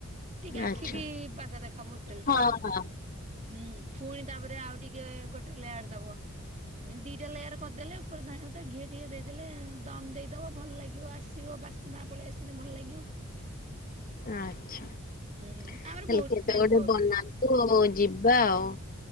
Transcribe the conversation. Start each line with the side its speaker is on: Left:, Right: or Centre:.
Right: ଟିକେ ଆଖିକି,
Left: ଆଚ୍ଛା।
Right: ବାଗ ଦେଖହବ ହୋଟେଲ୍
Left: ହଁ
Right: ଟାଇପ୍ ର।
Left: ହଁ।
Right: ହୁଁ। ଫୁଣି ତାପରେ, ଆଉ ଟିକେ ଗୋଟେ ଲେୟାର୍ ଦବ। ଦିଟା ଲେୟାର୍ କରିଦେଲେ ପରେ ଧଣିଆ ପତ ଘିଏ ଟିଏ ଦେଇଦେଲେ, ଦମ୍ ଦେଇଦବ। ଭଲ ଲାଗିବ ଆସିବ ବାସ୍ନା ପଳେଇ ଆସିନେ ଭଲ ଲାଗିବ।
Left: ଆଚ୍ଛା
Right: ହୁଁ।
Left: ହେଲେ
Right: ଆମର ବହୁତ
Left: କେବେ
Right: ଟାଇମ
Left: ଗୋଟେ
Right: କରୁ
Left: ବନା ତୁ ଯିବା ଆଉ।